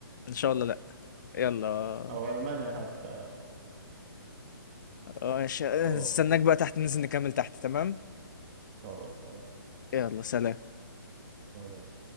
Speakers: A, on the left; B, on the right.
A: ان شاء الله لا يلا
B: أو ألمانيا حتى
A: آه، ماشي آه،
B: خلاص
A: استناك بقى تحت ننزل نكمل تحت تمام
B: خلاص
A: يلا سلام
B: تمام